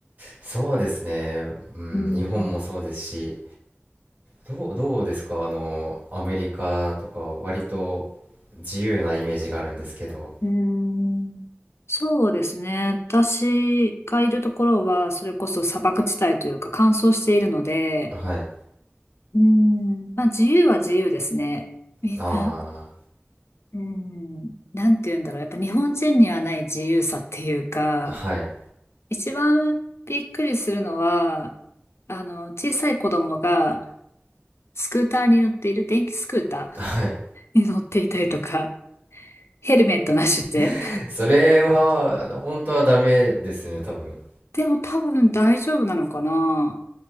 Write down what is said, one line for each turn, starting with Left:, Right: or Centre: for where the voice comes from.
Right: そうですねうん日本もそうですし
Left: うん。
Right: どう、どうですかあのアメリカとか割と自由なイメージがあるんですけど
Left: うん。そうですね。私がいるところは、それこそ砂漠地帯というか乾燥しているので、
Right: はい
Left: うん。まあ自由は自由ですね。みんな、
Right: あ
Left: うん、なんて言うんだろう。やっぱ日本人にはない自由さっていうか、
Right: あーはい
Left: 一番びっくりするのは、あの、小さい子供がスクーターに乗っている、電気スクータ
Right: はい
Left: ーに乗っていたりとか、ヘルメットなしで。
Right: <laughs> それは本当はダメですね多分
Left: でも多分大丈夫なのかな